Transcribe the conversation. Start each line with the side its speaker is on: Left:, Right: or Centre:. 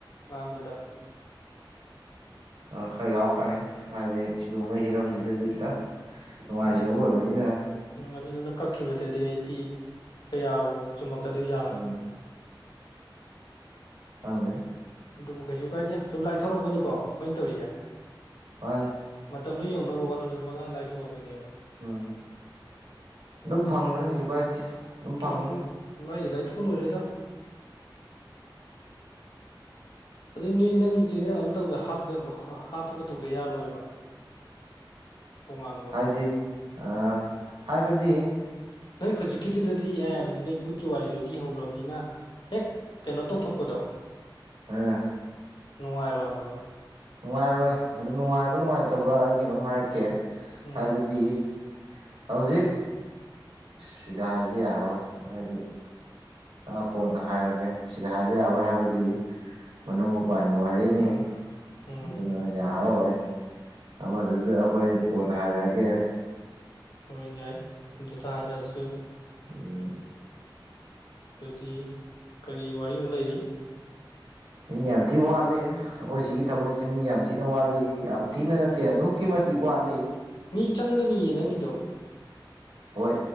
Left: ꯉꯥꯡꯕꯗ
Right: ꯑ ꯈꯔ ꯌꯥꯎꯔꯛꯈ꯭ꯔꯅꯤ ꯍꯥꯏꯗꯤ ꯁꯤꯒꯨꯝꯕꯩ ꯍꯤꯔꯝꯁꯤꯗꯗꯤ ꯈꯤꯇꯪ ꯅꯨꯡꯉꯥꯏꯖꯕ
Left: ꯎꯝ
Right: ꯑꯣꯏꯕꯅꯤꯅ
Left: ꯎꯝ ꯑꯗꯨꯗꯨꯅ ꯀꯛꯈꯤꯕꯗꯗꯤ ꯑꯩꯗꯤ ꯀꯌꯥꯕꯨ ꯆꯨꯝꯃꯛꯀꯗꯣꯏꯖꯥꯠꯅꯣ
Right: ꯎꯝ ꯈꯪꯗꯦ
Left: ꯑꯗꯨꯕꯨ ꯀꯩꯁꯨ ꯀꯥꯏꯗꯦ ꯁꯨꯝ ꯂꯥꯏꯊꯣꯔꯛꯄꯅꯤꯀꯣ ꯑꯩꯈꯣꯏꯅ ꯇꯧꯔꯤꯁꯦ
Right: ꯃꯥꯅꯦ
Left: ꯃꯇꯝꯗꯨ ꯌꯧꯅꯕ ꯍꯣꯠꯅꯕꯗ ꯄꯪꯂꯥꯢ ꯂꯥꯏꯊꯣꯛꯑꯕꯅꯦꯕ
Right: ꯎꯝ ꯑꯗꯨꯝ ꯐꯪꯕꯅꯤ ꯀꯩꯁꯨ ꯀꯥꯏꯗꯦ ꯑꯗꯨꯝ ꯐꯪꯅꯤ
Left: ꯀꯩꯁꯨ <unintelligible> ꯂꯥꯏꯒꯤ ꯂꯥꯏꯊꯣꯛ ꯂꯣꯏꯔꯦꯗ ꯑꯗꯨꯏ ꯅꯣꯏꯗꯤ ꯅꯪꯒꯤ ꯆꯦꯅꯦꯜ ꯑꯃ ꯇꯧꯗ ꯍꯥꯞꯄꯒ ꯇꯧꯗ ꯌꯥꯔꯣꯏꯕ ꯇꯣꯉꯥꯟꯕ
Right: ꯍꯥꯏꯗꯤ
Left: ꯑꯃ
Right: ꯑꯥ ꯍꯥꯏꯕꯗꯤ
Left: ꯅꯣꯏ ꯍꯧꯖꯤꯛꯀꯤꯗꯨꯗꯗꯤ ꯌꯥꯏꯕꯗꯤ ꯅꯣꯏꯒꯤ ꯕꯨꯠꯀꯤ ꯋꯥꯔꯤꯗꯣ ꯂꯤꯍꯧꯒ꯭ꯔꯕꯅꯤꯅ ꯍꯦꯛ ꯀꯩꯅꯣ ꯇꯧꯊꯣꯛꯄꯗꯣ
Right: ꯑꯥ
Left: ꯅꯨꯡꯉꯥꯏꯔꯣ ꯍꯥꯏꯕ
Right: ꯅꯨꯡꯉꯥꯏꯔꯣꯏ ꯑꯗꯨ ꯅꯨꯡꯉꯥꯏꯕ ꯅꯨꯡꯉꯥꯏꯇꯕ ꯑꯩ ꯀꯩꯅꯣꯝ ꯍꯥꯏꯔꯛꯀꯦ
Left: ꯎꯝ
Right: ꯍꯥꯏꯕꯗꯤ ꯍꯧꯖꯤꯛ ꯁꯤꯗ ꯍꯥꯏꯕꯗꯤ ꯌꯥꯔꯔꯣꯏ ꯍꯥꯏꯗꯤ ꯑ ꯀꯣꯟꯅ ꯍꯥꯏꯔꯒꯦ ꯁꯤꯗ ꯍꯥꯏꯕ ꯌꯥꯔꯣꯏ ꯍꯥꯏꯕꯗꯤ ꯃꯅꯨꯡ ꯃꯄꯥꯟꯒꯤ ꯋꯥꯔꯤꯅꯤ
Left: ꯎꯝ
Right: ꯑꯗꯨꯅ ꯌꯥꯔꯣꯏ ꯑꯃꯗꯨꯗ ꯍꯣꯔꯦꯟ ꯀꯣꯟꯅ ꯍꯥꯏꯔꯛꯑꯒꯦ
Left: ꯑꯣꯏ ꯌꯥꯏ ꯑꯗꯨꯗ ꯍꯥꯏꯔꯛꯑꯁꯨ
Right: ꯎꯝ
Left: ꯑꯗꯨꯗꯤ ꯀꯔꯤ ꯋꯥꯔꯤ ꯑꯃꯨꯛ ꯂꯩꯔꯤ
Right: ꯅꯪ ꯌꯥꯝ ꯊꯤ ꯋꯥꯠꯂꯤꯍꯦ ꯑꯈꯣꯏ ꯁꯤꯒꯤ ꯊꯕꯛꯁꯤ ꯃꯤ ꯌꯥꯝ ꯊꯤꯅ ꯋꯥꯠꯂꯤ ꯌꯥꯝ ꯊꯤꯅ ꯅꯠꯇꯦ ꯑꯗꯨꯛꯀꯤ ꯃꯇꯤꯛ ꯋꯥꯠꯂꯤ
Left: ꯃꯤ ꯆꯪꯒꯅꯤꯌꯦ ꯅꯪꯒꯤꯗꯣ
Right: ꯍꯣꯏ